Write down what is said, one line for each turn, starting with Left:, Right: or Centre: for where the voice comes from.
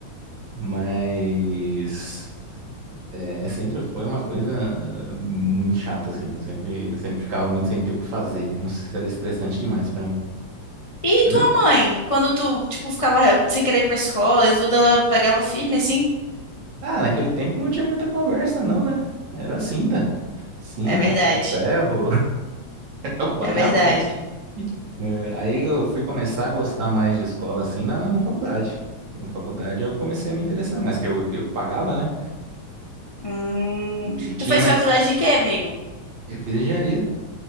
Right: mas é, sempre foi uma coisa eh, muito chata, assim. Eu sempre, eu sempre ficava muito sem ter o que fazer. Não sei se era estressante demais pra mim.
Left: E
Right: Olha,
Left: tua mãe, quando tu, tipo, ficava sem querer ir pra escola e tudo, ela pegava firme, assim?
Right: Ah, naquele tempo não tinha muita conversa, não, né? Era cinta. Cinta,
Left: É verdade,
Right: fio do ferro. <laughs> Eu apanhava
Left: é verdade.
Right: né? É, Aí eu fui começar a gostar mais de escola assim na, na faculdade. Na faculdade eu comecei a me interessar mais, que eu, eu pagava, né?
Left: Hum,
Right: E tinha
Left: tu fez
Right: mais.
Left: faculdade de quê, amigo?
Right: Eu fiz engenharia.